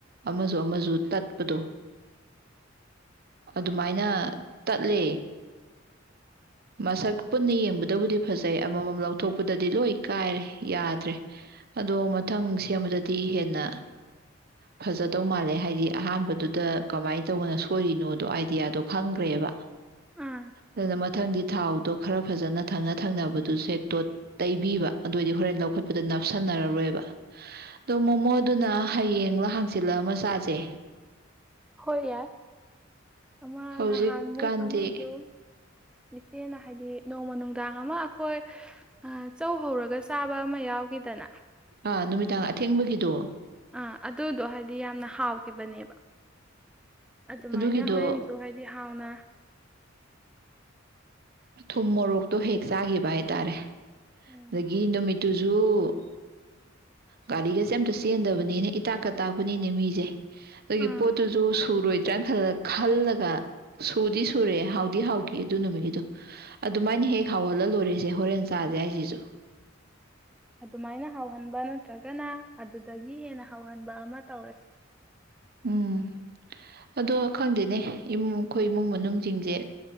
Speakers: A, on the right; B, in the centre.
A: ꯑꯃꯁꯨ ꯑꯃꯁꯨ ꯇꯠꯄꯗꯣ ꯑꯗꯨꯃꯥꯏꯅ ꯇꯠꯂꯦ ꯃꯁꯛ ꯄꯨꯟꯅ ꯌꯦꯡꯕꯗꯕꯨꯗꯤ ꯐꯖꯩ ꯑꯃꯃꯝ ꯂꯧꯊꯣꯛꯄꯗꯗꯤ ꯂꯣꯏ ꯀꯥꯏꯔꯦ ꯌꯥꯗ꯭ꯔꯦ ꯑꯗꯣ ꯃꯊꯪ ꯁꯦꯝꯕꯗꯗꯤ ꯍꯦꯟꯅ ꯐꯖꯗꯧ ꯃꯥꯜꯂꯦ ꯍꯥꯏꯗꯤ ꯑꯍꯥꯟꯕꯗꯨ ꯗ ꯀꯃꯥꯏꯅ ꯇꯧꯕꯅꯣ ꯁꯣꯏꯔꯤꯅꯣꯗꯣ ꯑꯥꯏꯗꯤꯌꯥꯗꯣ ꯈꯪꯒ꯭ꯔꯦꯕ
B: ꯑꯥ
A: ꯑꯗꯨꯅ ꯃꯊꯪꯗꯤ ꯊꯥꯎꯗꯣ ꯈꯔ ꯐꯖꯅ ꯊꯪꯅ ꯊꯪꯅꯕꯗꯨ ꯁꯦꯠ ꯇꯣꯠ ꯇꯩꯕꯤꯕ ꯑꯗꯨꯑꯣꯏꯗꯤ ꯍꯣꯔꯦꯟ ꯂꯧꯈꯠꯄꯗ ꯅꯞꯁꯟꯅꯔꯔꯣꯏꯕ ꯑꯗꯣ ꯃꯣꯃꯣꯗꯨꯅ ꯍꯌꯦꯡꯂ ꯍꯪꯆꯤꯠꯂꯃ ꯆꯥꯁꯦ
B: ꯍꯣꯏ ꯌꯥꯏ ꯑꯃ
A: ꯍꯧꯖꯤꯛꯀꯥꯟꯗꯤ
B: ꯉꯍꯥꯟꯃꯨꯛ ꯑꯃꯁꯨ ꯏꯆꯦꯅ ꯍꯥꯏꯗꯤ ꯅꯣꯡꯃ ꯅꯨꯡꯗꯥꯡ ꯑꯃ ꯑꯩꯈꯣꯏ ꯆꯧ ꯍꯧꯔꯒ ꯆꯥꯕ ꯑꯃ ꯌꯥꯎꯈꯤꯗꯅ
A: ꯑꯥ ꯅꯨꯃꯤꯗꯥꯡ ꯑꯊꯦꯡꯕꯒꯤꯗꯣ
B: ꯑꯥ ꯑꯗꯨꯗꯣ ꯍꯥꯏꯗꯤ ꯌꯥꯝꯅ ꯍꯥꯎꯈꯤꯕꯅꯦꯕ ꯑꯗꯨꯃꯥꯏꯅ
A: ꯑꯗꯨꯒꯤꯗꯣ
B: ꯍꯣꯔꯦꯟꯁꯨ ꯍꯥꯏꯗꯤ ꯍꯥꯎꯅ
A: ꯊꯨꯝ ꯃꯣꯔꯣꯛꯇꯣ ꯍꯦꯛ ꯆꯥꯒꯤꯕ ꯍꯥꯏꯇꯥꯔꯦ
B: ꯎꯝ
A: ꯑꯗꯒꯤ ꯅꯨꯃꯤꯠ ꯇꯨꯁꯨ ꯒꯥꯔꯤꯒꯁꯦ ꯑꯝꯇ ꯆꯦꯟꯗꯕꯅꯤꯅ ꯏꯇꯥꯛꯀ ꯇꯥꯛꯄꯅꯤꯅꯦ ꯃꯤꯁꯦ ꯑꯗꯨꯒꯤ
B: ꯑꯥ
A: ꯄꯣꯠꯇꯨꯁꯨ ꯁꯨꯔꯣꯏꯗ꯭ꯔꯅ ꯈꯜ ꯈꯜꯂꯒ ꯁꯨꯗꯤ ꯁꯨꯔꯦ ꯍꯥꯎꯗꯤ ꯍꯥꯎꯈꯤ ꯑꯗꯨ ꯅꯨꯃꯤꯠꯒꯤꯗꯣ ꯑꯗꯨꯃꯥꯏꯅ ꯍꯦꯛ ꯍꯥꯎꯍꯜꯂ ꯂꯣꯏꯔꯦꯁꯦ ꯍꯣꯔꯦꯟ ꯆꯥꯁꯦ ꯍꯥꯏꯁꯤꯁꯨ
B: ꯑꯗꯨꯃꯥꯏꯅ ꯍꯥꯎꯍꯟꯕ ꯅꯠꯇ꯭ꯔꯒꯅ ꯑꯗꯨꯗꯒꯤ ꯍꯦꯟꯅ ꯍꯥꯎꯍꯟꯕ ꯑꯃ ꯇꯧꯔꯁꯤ
A: ꯎꯝ ꯑꯗꯣ ꯈꯪꯗꯦꯅꯦ ꯏꯃꯨꯡ ꯑꯩꯈꯣꯏ ꯏꯃꯨꯡ ꯃꯅꯨꯡꯖꯤꯡꯖꯦ